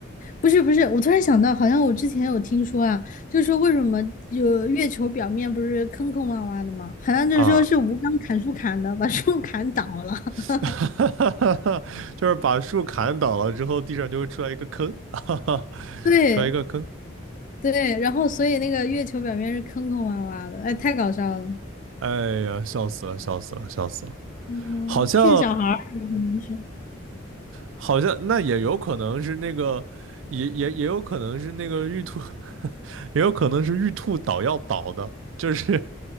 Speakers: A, on the left; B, on the right.
A: 不是不是，我突然想到，好像我之前有听说啊，就是说为什么有月球表面不是坑坑洼洼的吗？好像就是说是吴刚砍树砍的，
B: 啊，
A: 把树砍倒了。
B: <laughs>
A: <laughs>
B: 哈哈哈哈，就是把树砍倒了之后，地上就会出来一个坑，<laughs> 哈哈，
A: 对
B: 出来一个坑，
A: 对，然后所以那个月球表面是坑坑洼洼的，哎，太搞笑了。
B: 哎呀，笑死了，笑死了，笑死了，
A: 嗯，
B: 好像
A: 骗小孩儿有可能是
B: 好像那也有可能是那个，也也也有可能是那个玉兔，<laughs> 也有可能是玉兔倒要倒的，就是